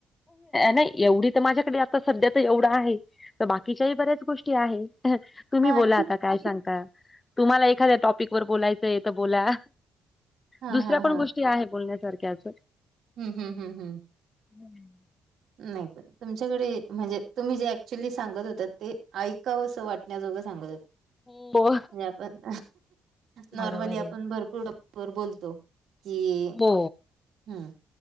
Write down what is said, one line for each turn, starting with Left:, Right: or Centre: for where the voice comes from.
Left: नाही एवढी तर माझ्याकडे आता सध्या तर एवढं आहे. त बाकीच्या ही बऱ्याच गोष्टी आहेत. तुम्ही
Right: हा
Left: बोला आता,
Right: ठीक
Left: काय सांगता तुम्हाला एखाद्या टॉपिक वर बोलायचं तर बोला.
Right: हां,
Left: दुसऱ्या
Right: हां,
Left: पण गोष्टी आहे बोलण्यासारख्याच.
Right: हम्म हम्म हम्म हं.
Left: हम्म
Right: नाही पण तुमच्याकडे, म्हणजे तुम्ही जे ऍक्च्युली सांगत होतात ते ऐकावं असं वाटण्याजोगं सांगत होत.
Left: हो,
Right: म्हजे, आपण नॉर्मली
Left: बरोबर
Right: आपण
Left: आहे.
Right: भरपूर वर बोलतो की,
Left: हो.
Right: हूं